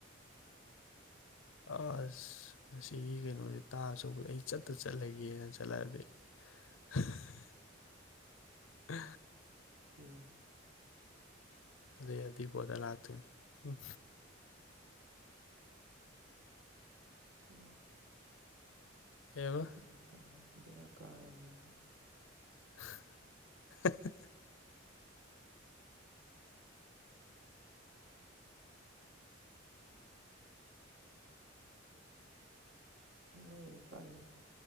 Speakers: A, on the left (about 85°); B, on the right (about 80°).
A: ꯑꯁ ꯃꯁꯤꯒꯤ ꯀꯩꯅꯣꯁꯦ ꯇꯥꯁꯨꯧꯕ ꯑꯩ ꯆꯠꯇ ꯆꯠꯂꯒꯦꯅ ꯆꯠꯂꯛꯑꯗꯤ <unintelligible> ꯑ
B: ꯑꯗꯨ
A: ꯑꯗꯨꯗ ꯑꯗꯨꯗꯤꯕꯗꯂꯥꯛꯇꯅ ꯎꯝ
B: ꯁ
A: ꯑꯦꯕ
B: ꯕꯔ ꯀꯥ ꯕꯔ ꯀꯥꯅꯤ ꯍꯧꯖꯤ
A: <unintelligible>
B: ꯅ ꯀꯥꯏ